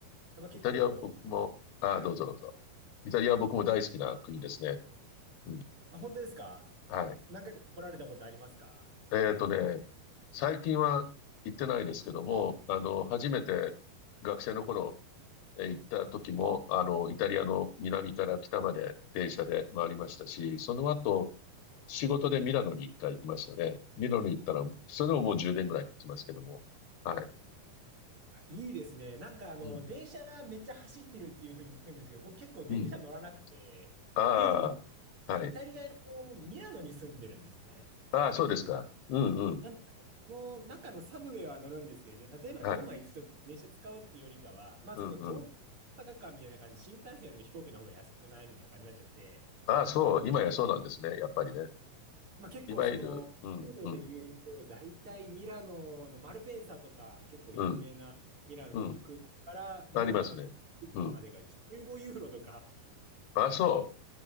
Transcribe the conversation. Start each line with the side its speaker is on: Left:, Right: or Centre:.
Right: やっぱ結構、
Left: イタリアは僕も、ああ、
Right: はい
Left: どうぞどうぞ。イタリアは僕も大好きな国ですね。うん。
Right: あ、本当ですか
Left: はい。
Right: 何回か来られたことありますか
Left: えーっとね、最近は行ってないですけども、あの、初めて学生の頃、えー行った時も、あの、イタリアの南から北まで電車で回りましたし、その後、仕事でミラノに一回行きましたね。ミラノに行ったら、それでももう10年ぐらい経ちますけども。はい。
Right: いいですね。なんかあの、
Left: うん。
Right: 電車めっちゃ走ってるっていうふうに聞くんですけど、僕結構電車乗らなくて、
Left: うん。ああ、
Right: っていうのも、まあ、
Left: はい。
Right: イタリアのミラノに住んでるんですね。
Left: ああ、そうですか。うんうん。
Right: なんかもう中のサブウェイは乗るんですけど、じゃあ例えばローマ行くときに電車使おうっていうよりかは、
Left: はい。
Right: まあその東京大阪間みたいな感じで、
Left: うんうん。
Right: 新幹線よりも飛行機の方が安くないみたいな感じになっちゃって、
Left: ああ、そう。今やそうなんですね。やっぱりね。
Right: まあ結構その、
Left: いわゆる、うんうん
Right: ユーロで言うと、大体ミラノのマルペンサとか結構有名なミラノの空港からローマのフィレンツェまでが15ユーロとか、
Left: うんうん。ありますね。うん。ああ、そう。